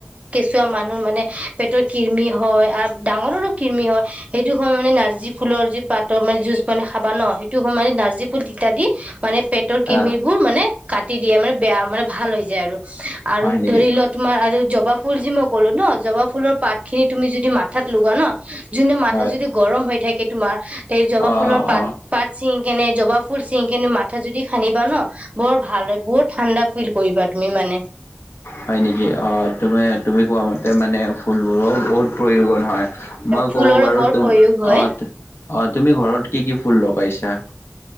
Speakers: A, on the right; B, on the left.
A: কেঁচুৱা মানুহ মানে পেটৰ কিৰমি হয় আৰু ডাঙৰৰো কিৰমি হয় সেইটো সময়ত মানে নাৰ্জী ফুলৰ যি পাতৰ মানে যুজ মানে খাবা ন সেইটো সময় মানে নাৰ্জী ফুল তিতা দি মানে পেটৰ
B: অ',
A: কিমিৰিবোৰ মানে কাটি দিয়ে মানে বেয়া মানে ভাল হৈ যায় আৰু আৰু
B: হয় নেকি?
A: ধৰি লোৱা তোমাৰ আৰু জবা ফুল যি মোক ক'লো ন জবা ফুলৰ পাত তুমি যদি মাথাত লগোৱা ন যোনতো মাথা
B: হয়
A: যদি গৰম হৈ থাকে। তোমাৰ এই জবা
B: অ',
A: ফুলৰ
B: অ',
A: পাত
B: অ',
A: পাত ছিঙ কেনে জৱা ফুল চিঙি কেনে মাথা যদি সানিবা ন বৰ ভাল হয় বৰ ঠাণ্ডা। ফিল কৰিবা তুমি মানে
B: হয় নেকি অ তুমি তুমি কোৱা মান তাৰ মানে ফুলবোৰৰ বহুত প্ৰয়োজন হয় মই
A: ফুলৰো
B: ক'ব পাৰো
A: বৰ
B: ত
A: প্ৰয়োগ হয়
B: অ অ, তুমি ঘৰত কি কি ফুল লগাইছা।